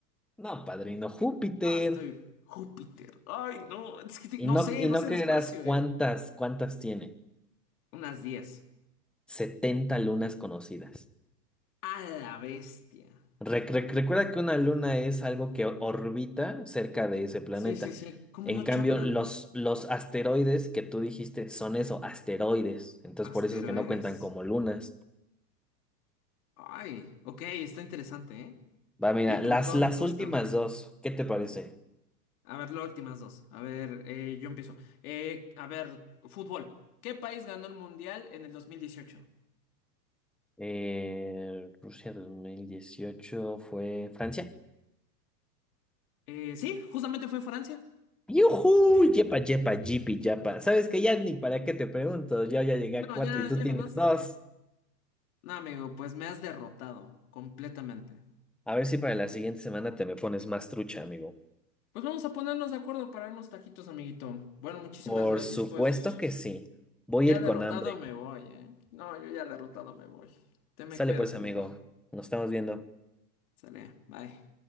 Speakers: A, in the centre; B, on the left.
A: No, padrino, Júpiter.
B: No, estoy. Júpiter. Ay, no. Es que te-
A: Y
B: no
A: no,
B: sé,
A: y
B: no
A: no
B: sé
A: creerás
B: de espacio,
A: cuántas,
B: ¿eh?
A: cuántas tiene.
B: Unas 10.
A: setenta lunas conocidas.
B: A la bestia.
A: Rec- rec- recuerda que una luna es algo que orbita cerca de ese planeta.
B: Sí, sí, sí. ¿Cómo
A: En
B: no chocan?
A: cambio, los, los asteroides que tú dijiste son eso, asteroides. Entonces,
B: Asteroides.
A: por eso es que no cuentan como lunas.
B: Ay, ok, está interesante, ¿eh?
A: Va, mira,
B: Y Plutón,
A: las, las
B: pues
A: últimas
B: también.
A: dos, ¿qué te parece?
B: A ver, las últimas dos. A ver, eh, yo empiezo. Eh, a ver, fútbol. ¿Qué país ganó el Mundial en el 2018?
A: Eh, Rusia 2018 fue Francia.
B: Eh, sí, justamente fue Francia.
A: Yuhu, yepa, yepa, yipi, yapa. Sabes que ya ni para qué te pregunto, yo ya llegué
B: No,
A: a cuatro
B: ya,
A: y tú
B: ya
A: tienes
B: ganaste.
A: dos.
B: No, amigo, pues me has derrotado completamente.
A: A ver si para la siguiente semana te me pones más trucha, amigo.
B: Pues vamos a ponernos de acuerdo para unos taquitos, amiguito. Bueno, muchísimas
A: Por
B: gracias,
A: supuesto
B: pues
A: que sí. Voy
B: ya
A: a ir
B: derrotado
A: con hambre.
B: me voy, ¿eh? No, yo ya derrotado me voy. Te me
A: Sale
B: cuidas,
A: pues,
B: amigo.
A: amigo. Nos estamos viendo.
B: Sale, bye.